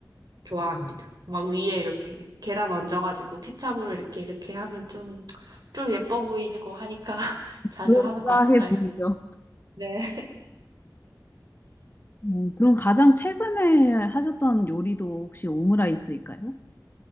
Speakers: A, on the right; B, on the left.
A: 좋아합니다. 막 위에 이렇게 계란 얹어가지고 케첩으로 이렇게 이렇게 하면 좀, 좀 예뻐 보이고 하니까 <laughs> 자주
B: 그럴싸해
A: 하는 것 같아요.
B: 보이죠.
A: 네.
B: 음, 그럼 가장 최근에 하셨던 요리도 혹시 오므라이스일까요?